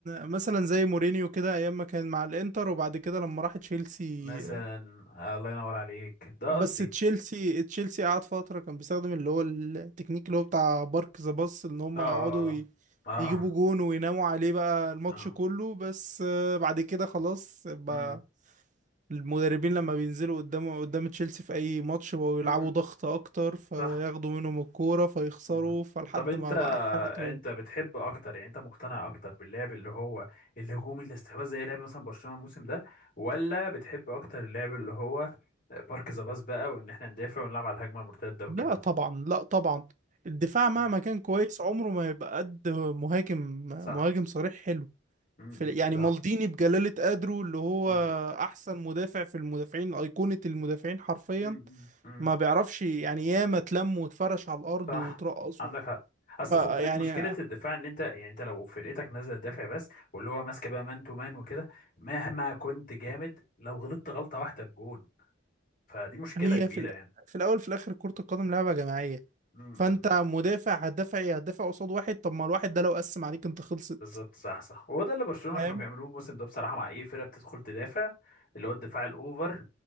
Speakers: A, on the right; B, on the left.
A: مثلا زي مورينيو كده ايام ما كان مع الانتر وبعد كده لما راح تشيلسي
B: مثلا آه، الله ينور عليك ده
A: بس
B: قصدي
A: تشيلسي تشيلسي قعد فترة كان بيستخدم اللي هو التكنيك اللي هو بتاع بارك ذا باص ان هم
B: اه اه
A: يقعدوا ي-
B: اه
A: يجيبوا جون ويناموا عليه بقى الماتش
B: اه
A: كله بس آه، بعد كده خلاص بقى
B: اه
A: المدربين لما بينزلوا قدام قدام تشيلسي في اي ماتش بقوا
B: امم
A: يلعبوا ضغط اكتر فياخدوا
B: صح
A: منهم الكورة فيخسروا
B: مم.
A: فلحد
B: طب انت
A: ما بقى حالتهم
B: انت بتحب اكتر يعني انت مقتنع اكتر باللعب اللي هو الهجومي الاستحواذ زي لعب مثلا برشلونة الموسم ده ولا بتحب اكتر اللعب اللي هو بارك ذا باس بقى وان احنا ندافع ونلعب على الهجمة المرتدة وكده
A: لا طبعا لا طبعا الدفاع مهما
B: مم.
A: كان كويس عمره ما هيبقى قد مهاجم
B: صح
A: مهاجم صريح حلو
B: امم
A: في يعني
B: صح
A: مالديني بجلالة قدره اللي هو
B: امم
A: أحسن مدافع في المدافعين أيقونة المدافعين حرفيا
B: امم
A: ما بيعرفش يعني ياما اتلم واتفرش على الأرض
B: صح
A: وترقص
B: عندك
A: و-
B: حق اصل
A: فيعني
B: خد بالك مشكله الدفاع ان انت يعني انت لو فرقتك نازله تدافع بس واللي هو ماسكه بقى مان تو مان وكده مهما كنت جامد لو غلطت غلطه واحده بجون فدي مشكله
A: هي
B: كبيره
A: في ال-
B: يعني
A: في الأول في الآخر كرة القدم لعبة جماعية
B: مم.
A: فأنت مدافع هتدافع إيه هتدافع قصاد واحد طب ما الواحد ده لو قسم عليك أنت خلصت
B: بالظبط صح صح وهو ده اللي برشلونة
A: فاهم
B: كانوا بيعملوه الموسم ده بصراحة مع أي فرقة بتدخل تدافع اللي هو الدفاع الأوفر